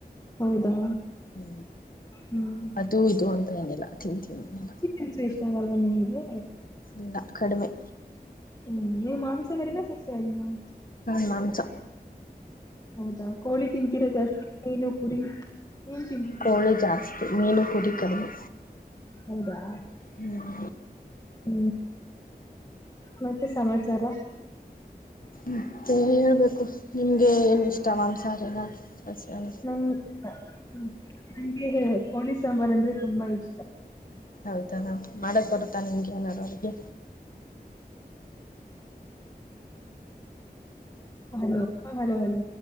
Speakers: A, on the left (about 20°); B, on the left (about 60°).
A: ಹೌದಾ
B: ಹ್ಮ್
A: ಹ್ಮ್
B: ಅದು ಇದು ಅಂತ ಏನೆಲ್ಲ ತಿಂತೀನಿ ಎಲ್ಲ
A: ಒಂಸು ಇಷ್ಟ ಆಗಲ್ವಾ ನಿಮ್ಗೆ
B: ಇಲ್ಲ ಕಡಿಮೆ
A: ಹ್ಮ್ ನೀವ್ ಮಾಂಸವಾರನ ಸಸ ಆ
B: ಹನ್ಸ
A: ಹೌದಾ ಕೋಳಿ ತಿಂತೀರಾ ಜಾಸ್ತಿ ಏನು ಕುರಿ ಏನ್ ತಿಂತೀ
B: ಕೋಳಿ ಜಾಸ್ತಿ ಮೀನು ಕುೂಡಿ ಕಡಿಮೆ
A: ಹೌದಾ
B: ಹ್ಮ್
A: ಹ್ಮ್ ಮತ್ತೆ ಸಮಾಚಾರ
B: ಮತ್ತು ಹೇಳೇಬೇಕು ನಿಮಗೆ ಏನು ಇಷ್ಟ ಮಾಂ ಸಾರನ ಸಸ್ಯಾನ
A: ನಂಗೆ ಕೋಳಿ ಸಾಂಬಾರ್ ಅಂದ್ರೆ ತುಂಬಾ ಇಷ್ಟ
B: ಹೌದದ ಮಾಡಕ್ ಬರುತ್ತಾ ನಿಮ್ಗೆ ಏನಾರ ಅವಿಗೆ
A: ಹಲೋ ಹಲೋ ಹಲೋ